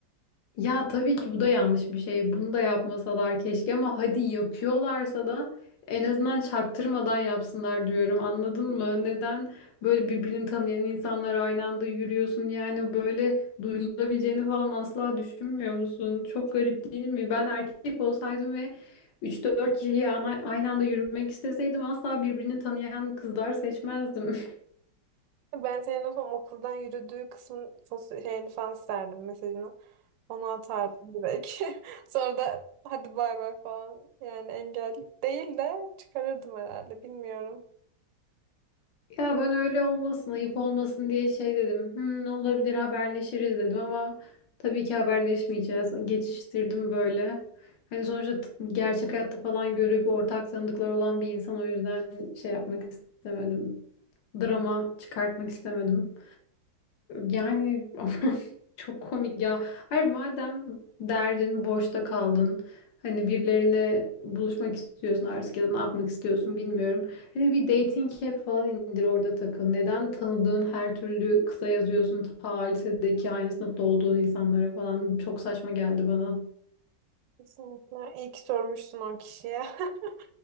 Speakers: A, on the left; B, on the right.
A: Ya tabii ki bu da yanlış bir şey. Bunu da yapmasalar keşke ama hadi yapıyorlarsa da en azından çaktırmadan yapsınlar diyorum. Anladın mı? Neden böyle birbirini tanıyan insanlar aynı anda yürüyorsun? Yani böyle duyulabileceğini falan asla düşünmüyor musun? Çok garip değil mi? Ben erkek olsaydım ve üç dört kişiyi ana- aynı anda yürümek isteseydim asla birbirini tanıyan kızlar seçmezdim. <laughs>
B: Ben senin o son okuldan yürüdüğü kısmın sos- şeyini falan isterdim mesajını. Ona atardım direkt. <laughs> Sonra da hadi bay bay falan. Yani engel değil de çıkarırdım herhalde. Bilmiyorum.
A: Ya ben öyle olmasın, ayıp olmasın diye şey dedim. Hmm, olabilir haberleşiriz dedim ama tabii ki haberleşmeyeceğiz. Geçiştirdim böyle. Hani sonuçta t- gerçek hayatta falan görüp ortak tanıdıkları olan bir insan o yüzden şey yapmak istemedim. Drama çıkartmak istemedim. Yani <laughs> aman, çok komik ya. Hayır madem derdin boşta kaldın. Hani birilerine buluşmak istiyorsun artık ya da ne yapmak istiyorsun bilmiyorum. Hani bir dating app falan indir orada takıl. Neden tanıdığın her türlü kısa yazıyorsun ta lisedeki aynı sınıfta olduğun insanlara falan. Çok saçma geldi bana.
B: Kesinlikle. İyi ki sormuşsun o kişiye. <laughs>